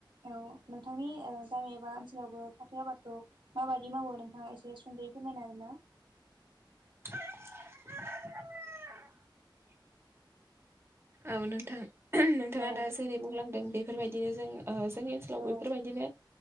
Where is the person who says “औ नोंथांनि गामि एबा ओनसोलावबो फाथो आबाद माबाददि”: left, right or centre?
Right